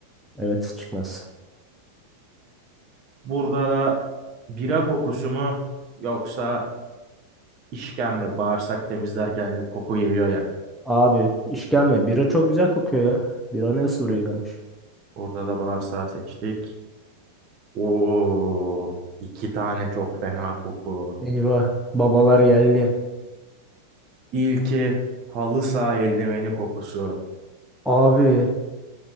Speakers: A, in the centre; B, on the right.
A: Evet çıkmaz.
B: Burada da bira kokusu mu yoksa işkembe bağırsak temizlerken bir koku geliyor ya.
A: Abi işkembe. Bira çok güzel kokuyor ya. Bira nasıl buraya gelmiş?
B: Burada da bağırsağı seçtik. Oo, iki tane çok fena koku.
A: Eyvah. Babalar geldi.
B: İlki halı saha eldiveni kokusu.
A: Abi